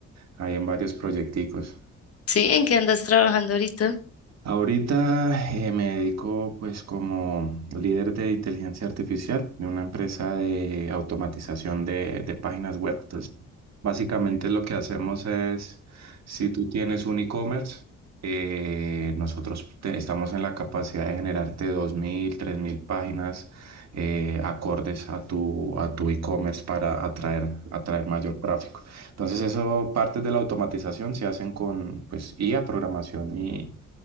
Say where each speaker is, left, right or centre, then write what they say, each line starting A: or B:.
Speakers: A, on the right; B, on the left.
A: ahí en varios proyecticos.
B: Sí, ¿en qué andas trabajando ahorita?
A: Ahorita eh, me dedico pues como líder de inteligencia artificial de una empresa de automatización de, de páginas web. Entonces, básicamente lo que hacemos es, si tú tienes un e-commerce, eh, nosotros te- estamos en la capacidad de generarte dos mil, tres mil páginas eh, acordes a tu, a tu e-commerce para atraer, atraer mayor tráfico. Entonces, eso, partes de la automatización se hacen con pues IA, programación y